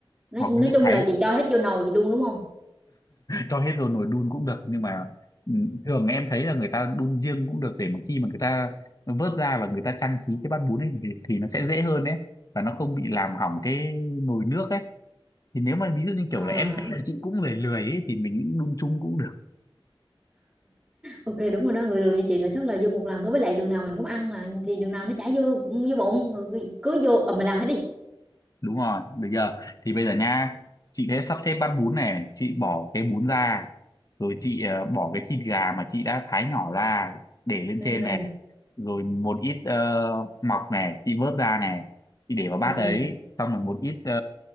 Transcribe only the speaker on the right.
nói,
nói
chung
là chị cho hết vô nồi chị đun đúng không
à,
ok đúng rồi đó người đường như chị là chắc là vô một lần thôi với lại đường nào mình cũng ăn mà thì đường nào nó chả vô vô bụng rồi cứ, cứ vô ầm mà làm hết đi
ừ
ừ